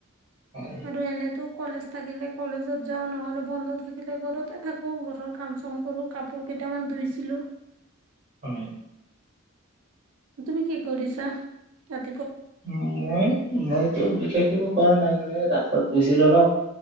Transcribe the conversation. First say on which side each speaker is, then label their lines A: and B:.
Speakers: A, on the right (about 30°); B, on the right (about 70°).
A: হয়
B: আৰু এনেতো কলেজ থাকিলে কলেজত যাও নহলে বন্ধ থাকিলে ঘৰতে থাকো ঘৰৰ কাম চাম কৰো কাপোৰ কেইটামান ধুইছিলো
A: হয়
B: তুমি কি কৰিছা তাত
A: উ মই মইতো বিশেষ একো কৰা নাই মানে ৰাস্তাত গৈছিলো ন।